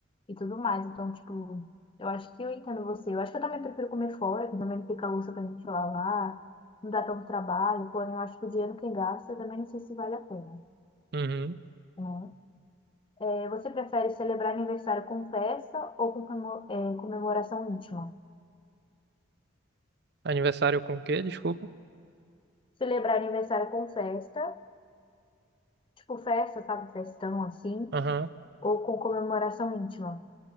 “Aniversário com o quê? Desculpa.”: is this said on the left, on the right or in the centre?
Right